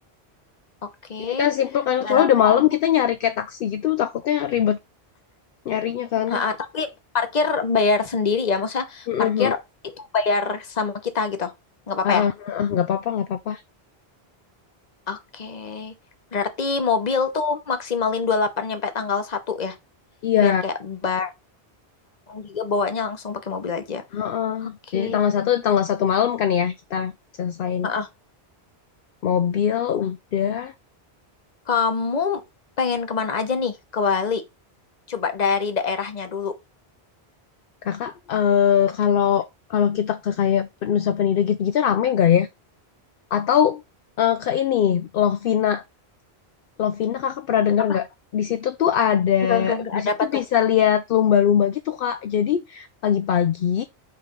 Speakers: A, on the left; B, on the left.
A: Oke,
B: Jadi kan simple kan
A: 28.
B: soalnya udah malam kita nyari kayak taksi gitu takutnya ribet nyarinya kan.
A: Ha, ha, tapi parkir bayar sendiri ya, maksudnya
B: Heeh.
A: parkir itu bayar sama kita gitu. Nggak apa-apa
B: Heeh,
A: ya?
B: heeh, nggak apa-apa, nggak apa-apa.
A: Oke. Berarti mobil tuh maksimalin dua puluh delapan nyampe tanggal satu ya,
B: Iya.
A: biar kayak barang juga bawanya langsung pakai mobil aja.
B: Heeh.
A: Oke.
B: Jadi tanggal satu tanggal satu malam kan ya kita selesain
A: Heeh.
B: mobil udah.
A: Kamu pengen kemana aja nih ke Bali? Coba dari daerahnya dulu.
B: Kakak eh, kalau kalau kita ke kayak Nusa Penida gitu-gitu rame nggak ya? Atau eh, ke ini Lovina. Lovina kakak pernah dengar
A: Apa?
B: nggak? Di situ tuh ada,
A: Enggak, enggak, enggak
B: di
A: ada
B: situ
A: apa tuh?
B: bisa lihat lumba-lumba gitu kak. Jadi pagi-pagi